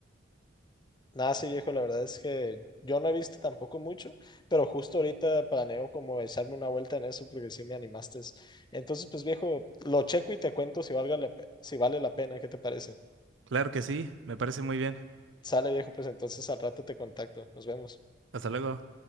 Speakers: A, on the left; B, on the right.
A: Nada, sí, viejo, la verdad es que yo no he visto tampoco mucho, pero justo ahorita planeo como echarme una vuelta en eso porque sí me animaste. Entonces, pues viejo, lo checo y te cuento si valga la pe- si vale la pena, ¿qué te parece?
B: Claro que sí, me parece muy bien.
A: Sale, viejo, pues entonces al rato te contacto. Nos vemos.
B: Hasta luego.